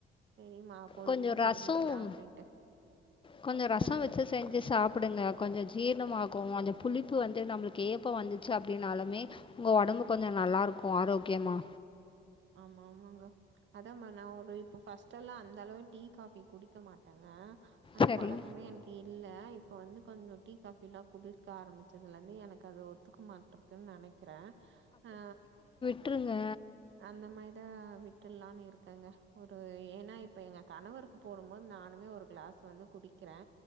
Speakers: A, on the right (about 70°); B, on the left (about 25°).
A: செரிம்மா பொறுமையா
B: கொஞ்சம்
A: செஞ்சுக்கலா
B: ரசம்
A: அப்டிண்ட்டு
B: கொஞ்சம் ரசம்
A: சொல்லுங்க
B: வச்சு செஞ்சு சாப்பிடுங்க கொஞ்சோ ஜீர்ணமாகு அந்த புளிப்பு வந்து நம்மளுக்கு ஏப்போ வந்துச்சு அப்டின்னாலுமே உங்க உடம்பு கொஞ்சோ நல்லா இருக்கு ஆரோக்கியமா
A: ஆமா ஆமாங்க அதான்மா நா ஒன்னு இப்ப ஃபர்ஸ்ட் எல்லா அந்த அளவு டீ காபி குடிக்க மாட்டேங்க அந்த
B: சரி.
A: பழக்கமே எனக் இல்ல இப்போ வந்து கொஞ்சோ டீ காஃபிலா குடிக்க ஆரம்பிச்சதுலேருந்து எனக்கு அது ஒத்துக்க மாட்டே கிதுன்னு நெனைக்கிறே ஆ
B: விட்ற்றுங்க
A: அந்த மாரிதா விட்ற்றுல்லான்னு இருக்கேங்க ஒரு ஏன்னா இப்ப எங்க கணவருக்கு போடும்போது நானுமே ஒரு கிளாஸ் வந்து குடிக்கிறே